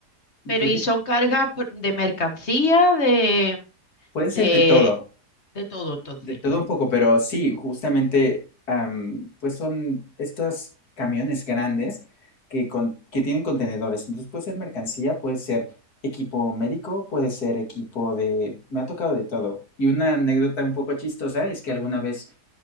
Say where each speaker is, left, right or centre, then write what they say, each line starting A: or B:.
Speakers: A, on the left; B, on the left.
A: Y
B: pero
A: tú
B: ¿y
A: qué-
B: son cargas por- de mercancía, de,
A: pueden ser
B: de,
A: de todo.
B: de todo entonces?
A: De todo un poco, pero sí, justamente, am, pues son estos camiones grandes que, con-
B: Ujú.
A: que tienen contenedores. Entonces puede ser mercancía, puede ser equipo médico, puede ser equipo de... Me ha tocado de todo. Y una anécdota un poco chistosa es que alguna vez